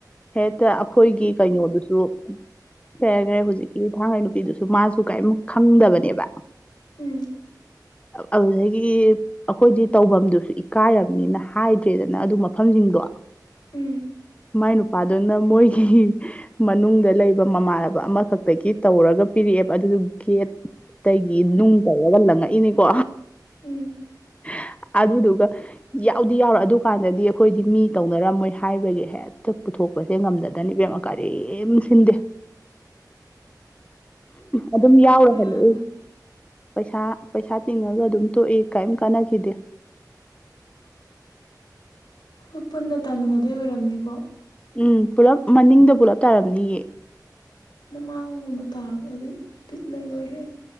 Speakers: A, on the left (about 15°); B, on the left (about 85°).
A: ꯍꯦꯛꯇ ꯑꯩꯈꯣꯏꯒꯤ ꯀꯩꯅꯣꯗꯨꯁꯨ ꯀꯩ ꯍꯥꯏꯒꯔꯦ ꯍꯧꯖꯤꯛꯀꯤ ꯊꯥꯡꯉꯩ ꯅꯨꯄꯤꯗꯨꯁꯨ ꯃꯥꯁꯨ ꯀꯔꯤꯝ ꯈꯪꯗꯕꯅꯦꯕ
B: ꯎꯝ
A: ꯑꯗꯨꯗꯩ ꯒꯤ ꯑꯈꯣꯏꯗꯤ ꯇꯧꯐꯝꯗꯨꯁꯨ ꯏꯀꯥꯏꯔꯕꯅꯤꯅ ꯍꯥꯏꯗ꯭ꯔꯦꯗꯅ ꯑꯗꯨ ꯃꯐꯝꯁꯤꯡꯗꯣ
B: ꯎꯝ
A: ꯃꯥꯏ ꯅꯨꯄꯥꯗꯨꯅ ꯃꯣꯏꯒꯤ ꯃꯅꯨꯡꯗ ꯂꯩꯕ ꯃꯃꯥꯟꯅꯕ ꯑꯃꯈꯛꯇꯒꯤ ꯇꯧꯔꯒ ꯄꯤꯔꯛꯑꯦꯕ ꯑꯗꯨꯁꯨ ꯒꯦꯠ ꯇꯒꯤ ꯅꯨꯡ ꯇꯧꯔꯒ ꯂꯪꯉꯛꯏꯅꯤꯀꯣ
B: ꯎꯝ
A: <inaudible> ꯑꯗꯨꯗꯨꯒ ꯌꯥꯎꯗꯤ ꯌꯥꯎꯔ ꯑꯗꯨꯀꯥꯟꯗꯗꯤ ꯑꯈꯣꯏꯗꯤ ꯃꯤ ꯇꯧꯅꯔꯝꯃꯣꯏ ꯍꯥꯏꯕꯒꯤ ꯍꯦꯛꯇ ꯄꯨꯊꯣꯛ ꯄꯁꯦ ꯉꯝꯗꯗꯅ ꯏꯕꯦꯝꯃ ꯀꯔꯤꯝ ꯁꯤꯟꯗꯦ
B: ꯇꯜꯂꯦ
A: ꯑꯗꯨꯝ ꯌꯥꯎꯔ
B: ꯑꯩꯈꯣꯏ
A: ꯍꯜꯂꯛꯏ
B: ꯌꯥꯝꯅ
A: ꯄꯩꯁꯥ ꯄꯩꯁꯥ ꯇꯤꯡꯉꯒ ꯑꯗꯨꯝ ꯇꯣꯛꯑꯦ ꯀꯥꯏꯝ ꯀꯥꯟꯅ ꯈꯤꯗꯦ
B: ꯍꯣꯏ ꯄꯨꯟꯅ ꯇꯥꯃꯤꯟꯅꯗꯣꯏ ꯑꯣꯏꯔꯝꯅꯤꯀꯣ
A: ꯎꯝ ꯄꯨꯜꯂꯞ ꯃꯅꯤꯡꯗ ꯄꯨꯂꯞ ꯇꯥꯔꯝꯅꯤꯌꯦ
B: ꯃꯃꯥꯡꯗꯒꯨꯝꯕ ꯇꯥꯔꯒꯗꯤ ꯕꯤꯠ ꯂꯩꯔꯣꯏꯍꯦ